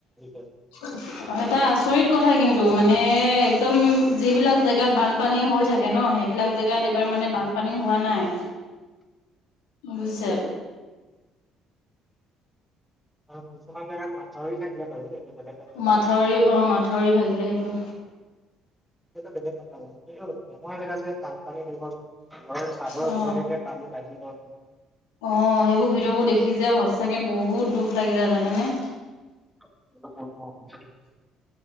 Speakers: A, in the centre; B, on the left.
A: হৈ গল।
B: <unintelligible> অ' এটা আচৰিত কথা কিন্তু মানে একদম যিবিলাক জেগাত বানপানী হৈ থাকে ন' সেইবিলাক জেগা গাত এবাৰ মানে বানপানী হোৱা নাই, বুজিছে?
A: অ' কিছুমান জাগাত মথাউৰি ভাগিলে বাৰু এইটো বেলেগ কথা।
B: মাথাউৰি অ' মাত ঠউৰি ভাগিলে সেইটো।
A: হেইটো বেলেগ কথা। নোহোৱা জেগাত যে বনপানী হ'ল, ঘৰ চাদৰ
B: অ
A: উপলেকে পানী বাহিৰগন।
B: অ' সেইবোৰ ভিডিঅ' বোৰ দেখি যে সচাকে বহুত দুখ লাগি যায় জানেনে?
A: <unintelligible>